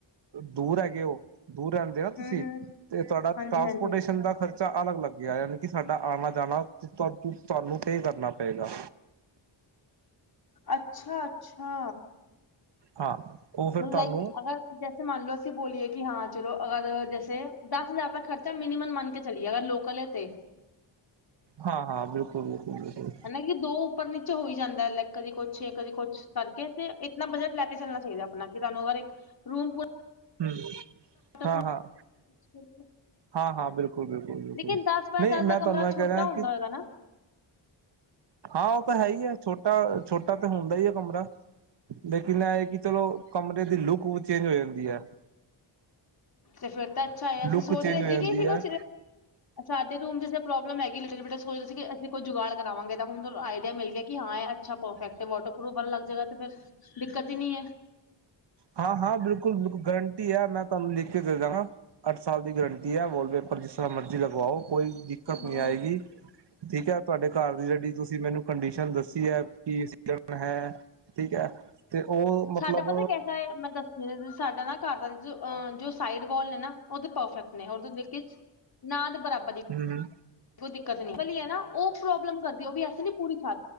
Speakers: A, on the right; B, on the left.
A: ਦੂਰ ਹੈਗੇ ਉਹ ਦੂਰ ਰਹਦੇ ਨਾ ਤੁਸੀਂ
B: ਹੂੰ ਹੂੰ
A: ਤੇ ਤੁਹਾਡਾ
B: ਹਾਂਜੀ
A: ਟਰਾਂਸਪੋਰਟੇਸ਼ਨ
B: ਹਾਂਜੀ
A: ਦਾ ਖਰਚਾ ਬੱਚਾ ਅਲੱਗ ਲੱਗਿਆ ਯਾਨੀ ਕਿ ਸਾਡਾ ਆਉਣਾ ਜਾਣਾ ਤੁਹਾਨੂੰ ਟੇ ਕਰਨਾ ਪਏਗਾ।
B: ਅੱਛਾ, ਅੱਛਾ।
A: ਹਾਂ। ਉਹ ਫਿਰ
B: ਮਤਬ
A: ਤੁਹਾਨੂੰ
B: ਲਾਈਕ ਅਗਰ ਜੈਸੇ ਮੰਨ ਲੋੋ ਅਸੀਂ ਬੋਲੀਏ ਕਿ ਹਾਂ ਚਲੋ ਅਗਰ ਜੈਸੇ ਦਸ ਹਜ਼ਾਰ ਦਾ ਖਰਚਾ ਮਿਨੀਮਮ ਮੰਨ ਕੇ ਚਲੀਏ ਅਗਰ ਲੋਕਕਲ ਹੈ ਤੇ।
A: ਹਾਂ, ਹਾਂ। ਬਿਲਕੁਲ, ਬਿਲਕੁਲ, ਬਿਲਕੁਲ।
B: ਹਨ ਕਿ ਦੋ ਉੱਪਰ ਨੀਚੇ ਹੋਈ ਜਾਂਦਾ ਲੈਕ ਕਦੀ ਕੁਛ, ਕਦੀ ਕੁਛ। ਕਰਕੇ ਤੇ ਇਤਨਾ ਬਜਟ ਲੈ ਕੇ ਚੱਲਣਾ ਚਾਹੀਦਾ ਆਪਣਾ ਕਿ ਤੁਾਨੂੰ ਅਗਰ ਇੱਕ ਰੂਮੂ
A: ਹਮ। ਹਾਂ
B: ਵੂਫ
A: ਹਾਂ ਹਾਂ-ਹਾਂ, ਬਿਲਕੁਲ-ਬਿਲਕੁਲ-ਬਿਲਕੁਲ
B: ਲੇਕਿਨ ਦਸ ਬਾਏ
A: ਨਹੀਂ
B: ਦਸ
A: ਮੈਂ
B: ਦਾ
A: ਤੁਹਾਨੂੰ
B: ਕਮਰਾ
A: ਇਹ
B: ਛੋਟਾ
A: ਕਹਿ ਰਿਹਾ
B: ਹੁੰਦਾ
A: ਕਿ
B: ਹੋਏਗਾ ਨਾ।
A: ਹਾਂ ਉਹ ਤਾਂ ਹੈ ਹੀ ਹੈ। ਛੋਟਾ ਛੋਟਾ ਤਾਂ ਹੁੰਦਾ ਹੀ ਹੈ ਕਮਰਾ। ਲੇਕਿਨ ਇਹ ਕਿ ਚਲੋ ਕਮਰੇ ਦੀ ਲੁੱਕ ਚੇਂਜ ਹੋ ਜਾਂਦੀ ਹੈ।
B: ਤੇ ਫੇਿਰ ਤਾਂ ਅੱਛਾ ਹੈ।
A: ਲੁੱਕ
B: ਅਸੀਂ ਸੋਚ
A: ਚੇਂਜ
B: ਰਹੇ
A: ਹੋ
B: ਸੀ
A: ਜਾਂਦੀ
B: ਕਿਸੀ
A: ਹੈ
B: ਕੁ ਸਾਡੇ ਰੂਮ ਜ ਪ੍ਰੋਬਲਮ ਹੈਗੀ ਲਿਟ ਬਟ ਸਚ ਸੀ ਕਿਸੀਂ ਕੋਈ ਜੁਗਾੜ ਕਰਵਾਾਂਗੇ ਤਾਂ ਹੁਣ ਆਈਡੀਆ ਮਿਲ ਗਿਆ ਕਿ ਹਾਂ ਇਹ ਅੱਛਾ ਪਰਫੈਕਟ ਹੈ ਵਾਟਰਪੂਫ ਵਾਲਾ ਲੱਗ ਜਾਏਗਾ ਫਿਰ ਦਿੱਕਤ ਹੀ ਨਹੀਂਹੈ।
A: ਹਾਂ, ਹਾਂ। ਬਿਲਕੁਲ, ਬਿਲਕੁਲ ਗਰੰਟੀ ਹੈ। ਮੈਂ ਤੁਹਾਨੂੰ ਲਿਖ ਕੇ ਦੇ ਦ ਹਾਂ। ਅੱਠ ਸਾਲ ਦੀ ਗਰੰਟੀ ਹੈ। ਵਾਲਪੇਪਰ ਜਿਸ ਤਰ੍ਹਾਂ ਮਰਜ਼ੀ ਲਗਵਾਓ ਕੋਈ। ਘਨੀ
B: ਹਾਂ
A: ਆਏਗੀ ਠੀਕ ਹੈ ਤੁਹਾਡੇ ਘਰ ਦੀ ਜਿਹੜੀ ਤੁਸੀ ਮੈਨੂੰ ਕੰਡੀਸ਼ਨ ਦੱਸੀ ਹੈ। ਕਿਜ਼ ਹੈ ਠੀਕ ਹੈ ਤੇ ਉਹ।
B: ਸਾਡਾ
A: ਮਤਲਬ
B: ਪਤਾ ਕੈਸਾ ਹੈ। ਮੈਂ ਦੱਸਿਆ ਸਾਡਾ ਨਾ ਘਰ ਦਾ ਜੋ ਅ ਜੋ ਸਾਈਡ ਵਾਲ ਨੇ ਨਾ ਉਹ ਤਾਂ ਪਰਫੈਕਟ ਨੇ। ਦੇਖ ਨਾਦ ਬਰਾਬਰ ਦੀ
A: ਹਮ, ਹਮ।
B: ਕੋਈ ਦਿੱਕਤ ਨ ਭਲੀ ਹੈ। ਨਾ ਉਹ ਪ੍ਰੋਬਲਮ ਕਰਦੀ ਉਹ ਵੀਸੇ ਨੀ ਪੂਰੀ ਥ